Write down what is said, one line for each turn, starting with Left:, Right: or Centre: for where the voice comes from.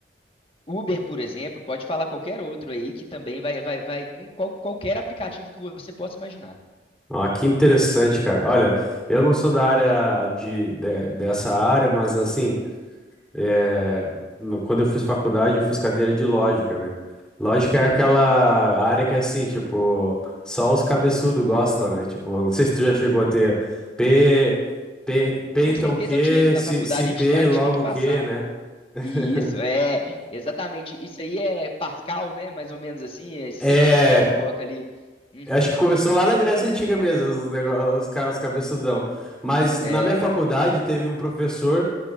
Left: Uber, por exemplo, pode falar qualquer outro aí que também vai, vai, vai com qual- qualquer aplicativo que você possa imaginar.
Centre: Ah, que interessante, cara. Olha, eu não sou da área de, de- dessa área, mas assim, é, no- quando eu fiz faculdade, eu fiz cadeira de lógica, né? Lógica
Left: Uhum.
Centre: é aquela área que é assim, tipo, só os cabeçudos gostam, né? Tipo, não sei se tu já chegou a ter P, P, P
Left: Com
Centre: então
Left: certeza
Centre: Q,
Left: eu tive. Na
Centre: se,
Left: faculdade
Centre: se P
Left: a gente, a gente
Centre: logo
Left: tem que passar.
Centre: Q, né? <laughs>
Left: E isso é exatamente. Isso aí é Pascal, né? Mais ou menos assim. é, sempre,
Centre: É,
Left: sempre coloca ali. Uhum.
Centre: eu acho que começou lá na Grécia Antiga mesmo, os negócios, os ca- os cabeçudão. Mas
Left: É,
Centre: na minha faculdade teve um professor.